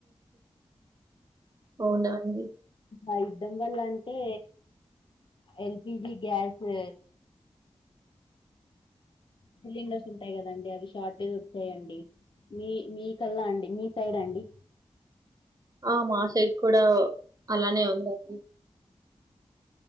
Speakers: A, on the right; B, on the left.
A: అవునా అండి
B: ఆ యుద్దం వల్ల అంటే L P G gas cylinders ఉంటాయి కదండి అవి షార్టేజ్ వచ్చాయండి మీ మీ కల్లా అండి మీ సైడ్ అండి
A: ఆ మా సైట్ కూడా అలానే ఉందండి